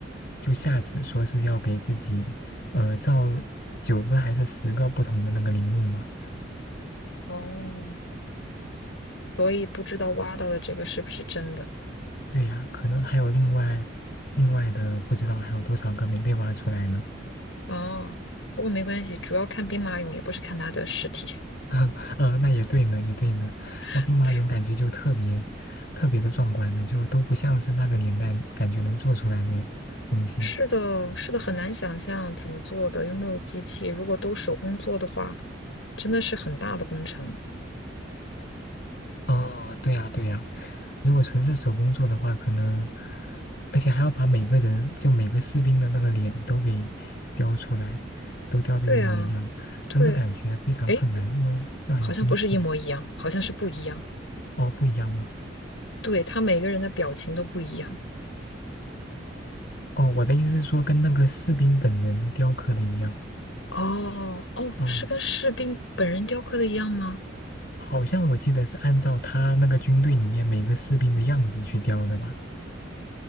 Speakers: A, on the left (about 55°); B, on the left (about 80°).
A: 就下旨说是要给自己，呃，造九个还是十个不同的那个陵墓嘛？
B: 哦，所以不知道挖到的这个是不是真的？
A: 对呀，可能还有另外另外的不知道还有多少个没被挖出来呢。
B: 哦，不过没关系，主要看兵马俑，也不是看他的尸体。
A: <laughs> 啊，那也对呢，也对呢。
B: <laughs>
A: 那兵马俑感觉就特别特别的壮观呢，就都不像是那个年代感觉能做出来的东西。
B: 是的，是的，很难想象怎么做的，又没有机器。如果都手工做的话，真的是很大的工程。
A: 哦，对呀，对呀。如果纯是手工做的话，可能而且还要把每个人就每个士兵的那个脸都给雕出来，都雕的一模一样，
B: 对啊，对，
A: 真的感觉非常困难，
B: 诶，
A: 因为要很精细。
B: 好像不是一模一样，好像是不一样。
A: 哦，不一样吗？
B: 对，他每个人的表情都不一样。
A: 哦，我的意思是说跟那个士兵本人雕刻的一样。
B: 哦哦，
A: 嗯。
B: 是跟士兵本人雕刻的一样吗？
A: 好像我记得是按照他那个军队里面每个士兵的样子去雕的吧，